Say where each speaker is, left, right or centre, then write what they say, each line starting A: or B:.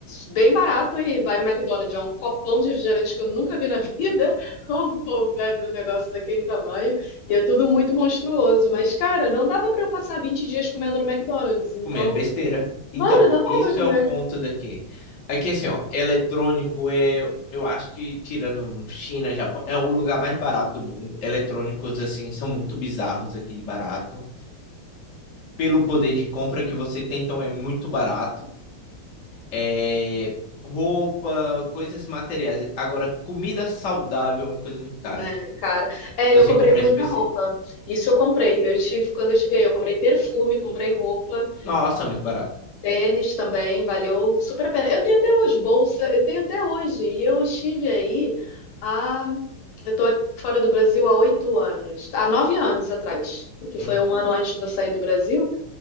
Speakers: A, on the left (about 75°); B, on the left (about 50°).
A: bem barato e vai no McDonald's. É um copão de refrigerante que eu nunca vi na vida. <laughs> Como o povo bebe um negócio daquele tamanho? E é tudo muito monstruoso. Mas, cara, não dava para eu passar 20 dias comendo no McDonald's. Então,
B: Comer besteira. Então,
A: mano, não dava
B: isso
A: para comer.
B: é o ponto daqui. Aqui, assim, ó, eletrônico é, eu acho que, tirando China, Japão, é o lugar mais barato do mundo. Eletrônicos, assim, são muito bizarros aqui de barato. Pelo poder de compra que você tem, então é muito barato. É, roupa, coisas materiais. Agora, comida saudável é uma coisa muito cara
A: né,
B: aqui.
A: cara? É, eu
B: Você
A: comprei
B: comprar
A: muita
B: específico.
A: roupa. Isso eu comprei. Eu tive, quando eu estive aí, eu comprei perfume, comprei roupa,
B: Nossa, é muito barato.
A: tênis também, valeu super a pena. Eu tenho até hoje bolsa, eu tenho até hoje. E eu estive aí há, eu tô fora do Brasil há oito anos, há nove anos atrás, porque foi
B: Então,
A: um ano antes de eu sair do Brasil.